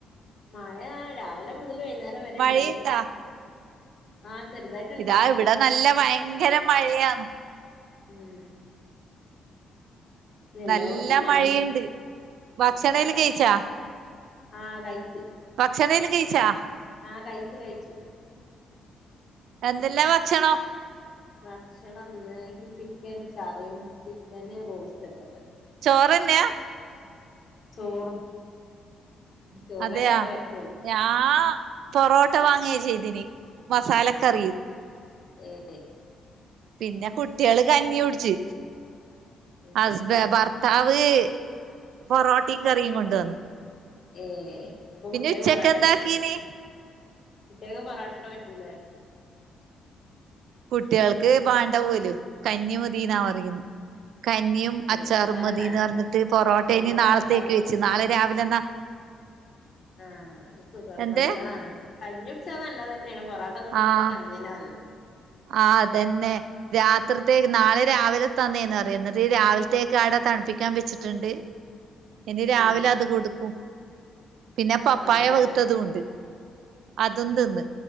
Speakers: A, on the left; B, on the right.
A: മഴ രാവിലെ മുതൽ വൈന്നേരം വരെ
B: മഴയുണ്ടാ
A: ണ്ടായി ആഹ് ചെർതായിട്ട് <inaudible>
B: ഇതാ ഇവിട നല്ല വയങ്കര മഴയാന്ന്
A: ഉം എല്ലോട്ത്തും
B: നല്ല
A: മയന്നെ
B: മഴയുണ്ട് ഭക്ഷണേലും
A: ഞങ്ങക്കെല്ലാ
B: കഴിച്ചാ
A: ആ കയ്ച്ച്
B: ഭക്ഷണേൽ കഴിച്ചാ
A: ആഹ് കയ്ച്ചു കയ്ച്ചു
B: എന്തല്ലാ ഭക്ഷണം
A: ഭക്ഷണന്ന് ക്ക് ചിക്കൻ കറിയും ചിക്കന് റോസ്റ്റക്കെ തന്നെ
B: ചോറന്നെയാ
A: ചോറും ചോറന്നെവിടെ
B: അതെയാ
A: പറ്റുള്ളൂ
B: ഞാ പൊറോട്ട വാങ്ങിയ ചെയ്തിന് മസാലക്കറിയും
A: ഏ ഏ
B: പിന്നെ കുട്ട്യള് കഞ്ഞി കുടിച്ച്
A: ഏഹ്
B: ഹസ്ബെ
A: അപ്പൊ ഹസ്
B: ഭർ ത്താവ് പൊറോട്ടെം കറിയും കൊണ്ടന്ന്
A: ഏഹ് അപ്പ കുട്ട്യാക്ക്
B: ഉച്ചക്ക്
A: പൊറാട്ടാ
B: എന്താക്കീന്
A: പറ്റൂല കുട്ട്യാക്ക് പൊറോട്ട പറ്റൂല
B: കുട്ടികൾക്ക് വാണ്ട പോലും കഞ്ഞി മതിയെന്നാ പറയുന്നേ കഞ്ഞിയും അച്ചാറു
A: ഏയ് അത് നല്ലതാണ്
B: മതിന്ന് പറഞ്ഞിട്ട് പൊറോട്ട
A: നല്ലതാണ്
B: ഇനി നാളത്തേക്ക്
A: കഞ്ഞി
B: വെച്ചു നാളെ രാവിലെ എന്നാ
A: ആഹ അത് സുഖങ്ങള്
B: എന്ത്
A: നല്ലതാണ് കഞ്ഞുടിച്ചാ നല്ല തന്നെയാണ് പൊറോട്ട തിന്നെക്കാട്ടി
B: ആഹ്
A: കഞ്ഞിയന്നെ നല്ലെ
B: ആഹ് അതന്നെ രാത്രിത്തേക്ക് നാളെ രാവിലെ തന്നേന്ന് പറയ് ന്നിട്ട് രാവില്ത്തേക്ക് അവിടെ തണുപ്പിക്കാൻ വെച്ചിട്ടുണ്ട് <unintelligible> ഇനി രാവിലെ
A: ഉം
B: അത് കൊടുക്കും പിന്നെ പപ്പായ
A: അതോണ്ടാണ്
B: പഴുത്തതും ഉണ്ട് അതും തിന്ന്